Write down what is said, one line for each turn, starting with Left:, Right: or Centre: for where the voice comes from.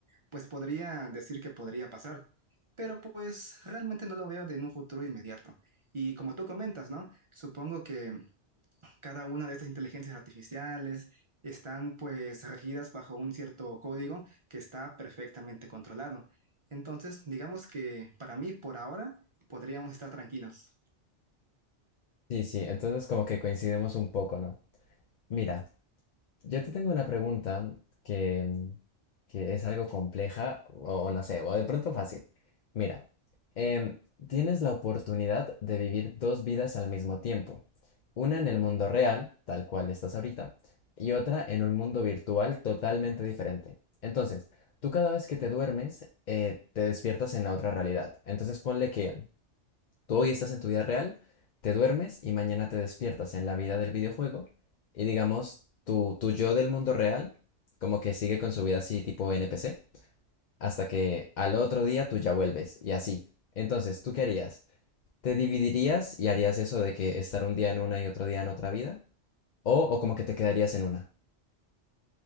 Right: pues podría decir que podría pasar, pero pues realmente no lo veo de en un futuro inmediato. Y como tú comentas, ¿no? Supongo que cada una de estas inteligencias artificiales están pues regidas bajo un cierto código que está perfectamente controlado. Entonces, digamos que para mí, por ahora, podríamos estar tranquilos.
Left: Sí, sí, entonces como que coincidimos un poco, ¿no? Mira. Yo te tengo una pregunta que, que es algo compleja o no sé, o de pronto fácil. Mira, em, tienes la oportunidad de vivir dos vidas al mismo tiempo, una en el mundo real, tal cual estás ahorita, y otra en un mundo virtual totalmente diferente. Entonces, tú cada vez que te duermes, eh, te despiertas en la otra realidad. Entonces, ponle que... Tú hoy estás en tu vida real, te duermes y mañana te despiertas en la vida del videojuego y digamos, tu, tu yo del mundo real como que sigue con su vida así tipo NPC hasta que al otro día tú ya vuelves y así. Entonces, ¿tú qué harías? ¿Te dividirías y harías eso de que estar un día en una y otro día en otra vida? ¿O, o como que te quedarías en una?